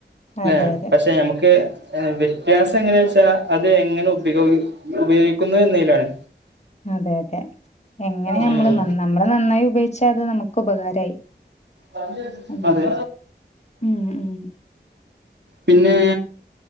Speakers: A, on the left; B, on the right.
A: അതെ
B: ലെ
A: അതെ
B: പക്ഷെ ഞമ്മക്ക് വ്യത്യാസം എങ്ങനെ വെച്ചാ അത് എങ്ങനെ ഉപിഗൊ ഉപയോഗിക്കുന്നു എന്നതിലാണ്.
A: അതെ അതെ. എങ്ങനെ
B: ഉം
A: ഞമ്മള് നന്ന് ഞമ്മള് നന്നായി ഉപയോഗിച്ചാ അത് നമുക്ക് ഉപകാരായി.
B: ഉം..
A: അങ്ങനെ
B: അതെ,...,
A: ഉം ഉം
B: പിന്നേ